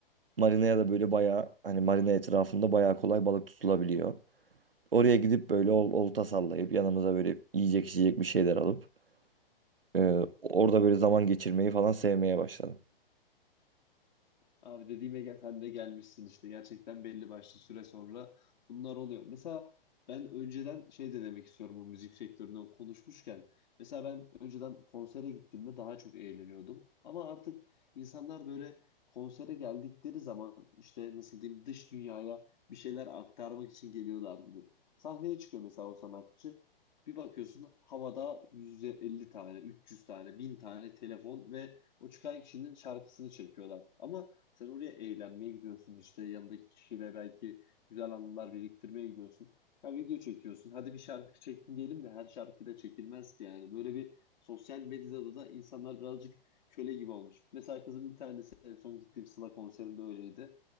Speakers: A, on the right (about 70°); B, on the left (about 50°).
A: Marinaya da böyle bayağı hani marina etrafında bayağı kolay balık tutulabiliyor. Oraya gidip böyle ol- olta sallayıp yanımıza böyle yiyecek içecek bir şeyler alıp e, orada böyle zaman geçirmeyi falan sevmeye başladım.
B: Abi dediğime gel, sen de gelmişsin işte. Gerçekten belli başlı süre sonra bunlar oluyor. Mesela ben önceden şey de demek istiyorum bu müzik sektöründen konuşmuşken. Mesela ben önceden konsere gittiğimde daha çok eğleniyordum. Ama artık insanlar böyle konsere geldikleri zaman işte nasıl diyeyim dış dünyaya bir şeyler aktarmak için geliyorlar gibi. Sahneye çıkıyor mesela o sanatçı. Bir bakıyorsun havada 150 tane, 300 tane, 1000 tane telefon ve o çıkan kişinin şarkısını çekiyorlar. Ama sen oraya eğlenmeye gidiyorsun işte yanındaki kişiyle belki güzel anılar biriktirmeye gidiyorsun. Ya video çekiyorsun. Hadi bir şarkı çektin diyelim de her şarkı da çekilmez ki yani. Böyle bir sosyal medyada da insanlar birazcık köle gibi olmuş. Mesela kızın bir tanesi en son gittiğim Sıla konserinde öyleydi.